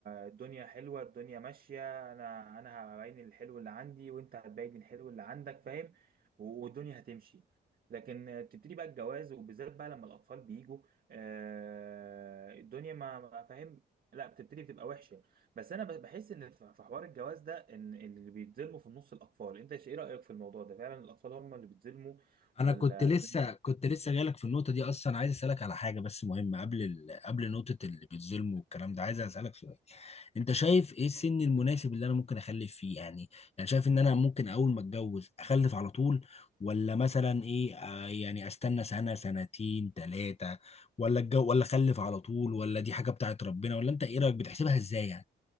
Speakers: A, on the right; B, on the left.
A: الدنيا حلوة الدنيا ماشية انا انا هبين الحلو اللي عندي وانت هتبين الحلو اللي عندك فاهم والدنيا هتمشي لكن آه، تبتدي بقى الجواز وبالذات بقى لما الأطفال بيجوا آه، الدنيا ما ما فاهم لا بتبتدي بتبقى وحشة بس أنا ب- بحس إن في في حوار الجواز ده إن اللي بيتظلموا في النص الأطفال أنت إيش- إيه رأيك في الموضوع ده فعلا الأطفال هم اللي بيتظلموا
B: انا
A: ولا
B: كنت لسه
A: الدنيا
B: كنت لسه جايلك في النقطه دي اصلا عايز اسالك على حاجه بس مهمه قبل ال... قبل نقطه اللي بيتظلموا والكلام ده عايز اسالك سؤال انت شايف ايه السن المناسب اللي انا ممكن اخلف فيه يعني يعني شايف ان انا ممكن اول ما اتجوز اخلف على طول ولا مثلا ايه آه يعني استنى سنه سنتين ثلاثه ولا الجو ولا اخلف على طول ولا دي حاجه بتاعت ربنا ولا انت ايه رايك بتحسبها ازاي يعني